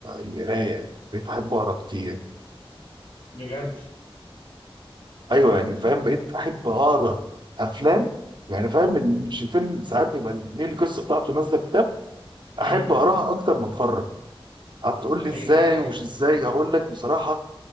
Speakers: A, on the right; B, on the left.
A: القراية بقيت أحب أقرأ كتير
B: بجد
A: أيوه يعني فاهم بقيت أحب أقرأ أفلام يعني فاهم مش الفيلم ساعات بيبقى ليه القصة بتاعته نازلة كتاب
B: مم.
A: احب اقراها اكتر ما اتفرج هتقول لي
B: ايوه
A: ازاي
B: ايوه
A: ومش ازاي هقول لك بصراحه